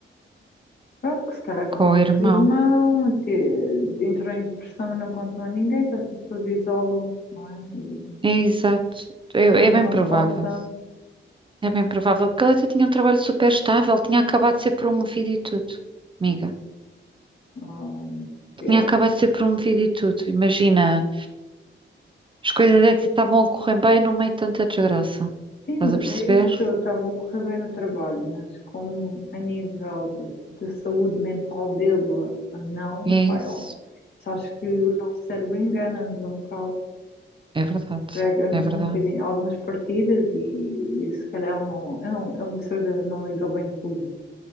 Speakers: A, on the left (about 55°); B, on the right (about 25°).
A: Pronto, que se calhar que
B: Com
A: a morte
B: o irmão.
A: irmão, te- entrou em depressão e não contou a ninguém, só as pessoas isolam, não é? E
B: É exato. É,
A: quando
B: é bem
A: dão
B: provável.
A: conta,
B: É bem provável, porque ele até tinha um trabalho super estável, tinha acabado de ser promovido e tudo. Amiga,
A: ah, yeah.
B: tinha acabado de ser promovido e tudo. Imagina. As coisas até estavam a correr bem no meio de tanta desgraça.
A: Sim,
B: Estás
A: mas
B: a perceber?
A: é isso, estavam a correr bem no trabalho, mas como a nível de, de saúde mental dele, não,
B: E é
A: pai,
B: isso.
A: ó, só acho que o nosso cérebro engana-nos um bocado,
B: É verdade.
A: prega-nos
B: É verdade.
A: um bocadinho algumas partidas e, e se calhar ele não, eu não, ele de certeza não lidou bem com tudo